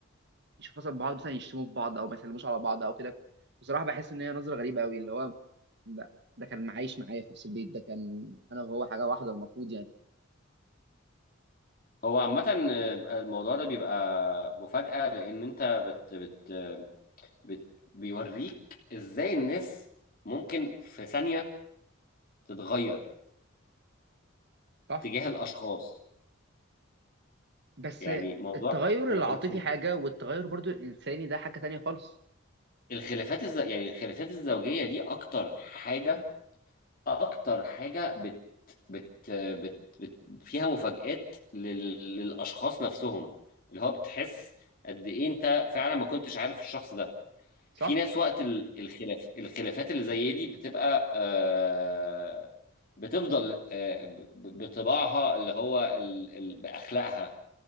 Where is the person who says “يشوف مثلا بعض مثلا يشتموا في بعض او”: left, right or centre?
Right